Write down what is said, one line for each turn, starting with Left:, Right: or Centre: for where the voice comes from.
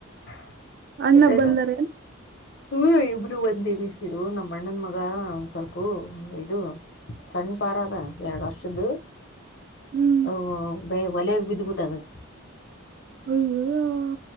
Left: <unintelligible>
Right: ಅಣ್ಣ
Left: ಮತ್ತೆ
Right: ಬಂದಾರೇನ್
Left: ನ ಹ್ಮ್, ಇಬ್ರು ಬಂದೇ <unintelligible> ಬಿಸಿ ಇದು ನಮ್ಮ ಅಣ್ಣನ್ ಮಗ ಒಂದ್ ಸ್ವಲ್ಪ ಇದು. ಸಣ್ಣ ಪಾರಾದ ಎರಡ್ ವರ್ಷದ್ದು.
Right: ಹ್ಮ್
Left: ಹೊ ಒಲಗ ಬಿದ್ಬಿಟ್ಟದ
Right: ಅಯ್ಯೋ. !